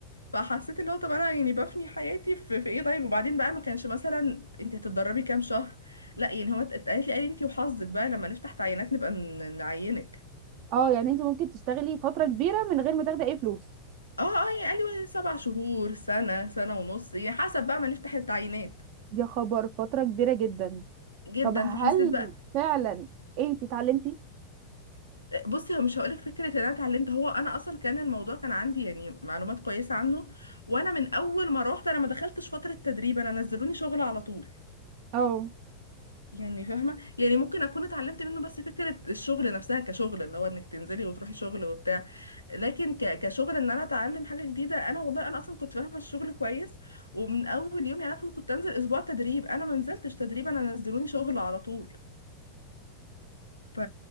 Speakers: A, on the left; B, on the right.
A: فحسيت اللي هو طب انا يعني بفني حياتي في, في ايه طيب وبعدين بقى ما كانش مثلا انت هتتدربي كام شهر لا يعني هو اتقالت لي قال لي انت وحظك بقى لما نفتح تعيينات نبقى ن- نعينك
B: <laughs> اه يعني انت ممكن تشتغلي فتره كبيره من غير ما تاخدي اي فلوس
A: اه اه يعني قال لي سبع شهور سنة سنة ونص يعني حسب بقى ما نفتح التعيينات
B: يا خبر فتره كبيره جدا
A: جدا
B: طب هل
A: فحسيت بقى
B: فعلا انت اتعلمتي
A: بصي هو مش هقولك فكرة ان انا اتعلمت هو انا اصلا كان الموضوع كان عندي يعني معلومات كويسة عنه وانا من اول ما روحت انا ما دخلتش فترة تدريب انا نزلوني شغل على طول
B: اه
A: يعني فاهمة يعني ممكن أكون اتعلمت منه بس فكرة الشغل نفسها كشغل اللي هو إنك تنزلي وتروحي شغل وبتاع لكن ك... كشغل إن أنا أتعلم حاجة جديدة أنا والله أنا أصلا كنت فاهمة الشغل كويس ومن أول يوم يعني أنا كنت أنزل أسبوع تدريب أنا ما نزلتش تدريب أنا نزلوني شغل على طول ف...